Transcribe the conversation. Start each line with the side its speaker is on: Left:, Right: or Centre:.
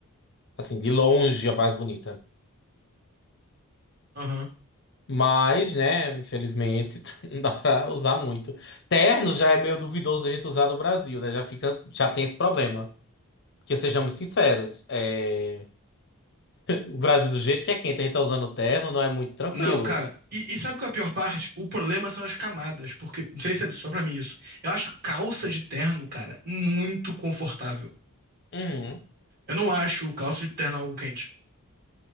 Left: Assim, de longe é a mais bonita.
Right: Aham.
Left: Mas, né, infelizmente, <laughs> não dá pra usar muito. Terno já é meio duvidoso da gente usar no Brasil, né? Já fica, já tem esse problema. Porque sejamos sinceros, é, o Brasil do jeito que é quente, a gente tá usando terno, não é muito tranquilo.
Right: Não, cara. E, e sabe qual é a pior parte? O problema são as camadas, porque, não sei se é só pra mim isso. Eu acho calça de terno, cara, muito confortável.
Left: Uhum.
Right: Eu não acho calça de terno algo quente.